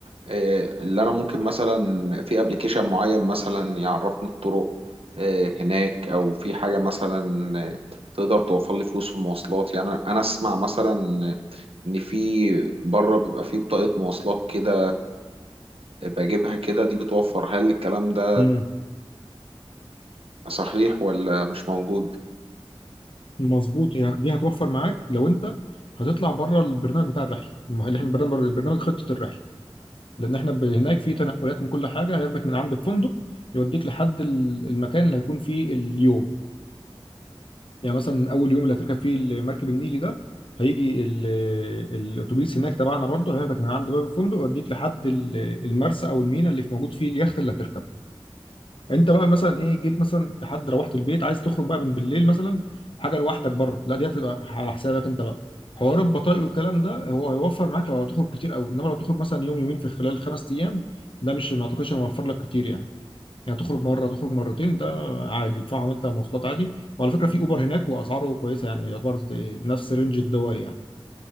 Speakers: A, on the right (about 70°); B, on the left (about 60°).
A: آه، اللي انا ممكن مثلا في ابلكيشن معين مثلا يعرفني الطرق آه، هناك او في حاجه مثلا آه، تقدر توفر لي فلوس في المواصلات يعني انا أنا اسمع مثلا ان في بره بيبقى في بطاقه مواصلات كده بجيبها كده دي بتوفر هل الكلام ده
B: امم
A: صحيح ولا مش موجود
B: مظبوط هي- دي هتوفر معاك لو انت هتطلع بره البرنامج بتاع الرحله الم- اللي احنا البرنامج البرنامج خطه الرحله لان احنا ب- هناك في تنقلات من كل حاجه هياخدك من عند الفندق يوديك لحد ال- المكان اللي هيكون فيه اليوم يعني مثلا اول يوم اللي هتركب فيه المركب النيلي ده هيجي ال- الاتوبيس هناك تبعنا برضه هياخدك من عند باب الفندق يوديك لحد ال- المرسى او الميناء اللي في موجود فيه اليخت اللي هتركبه انت بقى مثلا ايه جيت مثلا لحد روحت البيت عايز تخرج بقى من بالليل مثلا حاجه لوحدك بره لا دي هتبقى على حسابك انت بقى حوار البطائق والكلام ده هو هيوفر معاك لو هتخرج كتير قوي انما لو تخرج مثلا يوم يومين في خلال خمس ايام ده مش ما اعتقدش هيوفر لك كتير يعني يعني تخرج مره تخرج مرتين ده عادي تدفعهم انت مواصلات عادي وعلى فكره في اوبر هناك واسعاره كويسه يعني يعتبر زي- نفس رينج الدول يعني